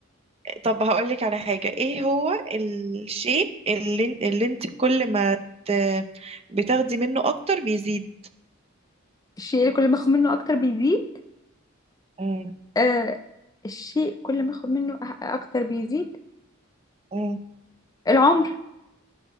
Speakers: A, on the right; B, on the left.
A: طب هقولك على حاجة ايه هو الشيء اللي اللي انت كل ما ت... بتاخدي منه اكتر بيزيد
B: الشيء اللي كل ما اخد منه اكتر بيزيد
A: مم.
B: آه الشيء كل ما اخد منه أ- اكتر بيزيد
A: مم.
B: العمر